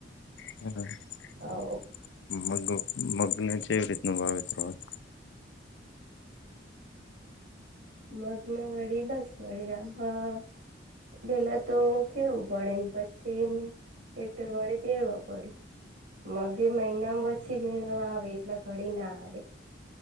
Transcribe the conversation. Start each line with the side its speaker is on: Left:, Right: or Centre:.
Left: હ. <unintelligible>
Right: આવ
Left: મગ મગને જેવી રીતનું વાવેતર હોય.
Right: મગ્ન વડી બાસવડી આમાં <unintelligible> પેલા તો ખેડવું પડેને, પછીને ટેક્ટર વડે પહેરવા પડે. મ બે મહિનામાં પછી વણવા આવે, એટલા ઘડી ના આવે.